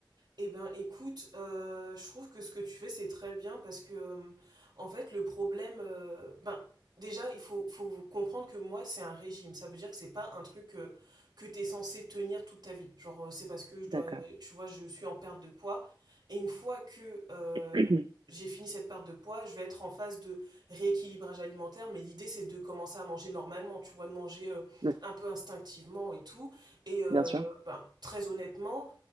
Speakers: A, on the right; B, on the right.
A: Eh ben, écoute, euh, je trouve que ce que tu fais, c'est très bien parce que, euh, en fait, le problème, euh, ben, déjà, il faut, faut comprendre que moi, c'est un régime. Ça veut dire que c'est pas un truc euh, que tu es censé tenir toute ta vie. Genre, euh, c'est parce que je dois,
B: D'accord.
A: tu vois, je suis en perte de poids. Et une fois que euh,
B: <clears throat>
A: j'ai fini cette perte de poids, je vais être en phase de rééquilibrage alimentaire. Mais l'idée, c'est de commencer à manger normalement, tu vois, de manger euh,
B: Oui,
A: un peu instinctivement et tout. Et, euh,
B: bien sûr.
A: ben, très honnêtement,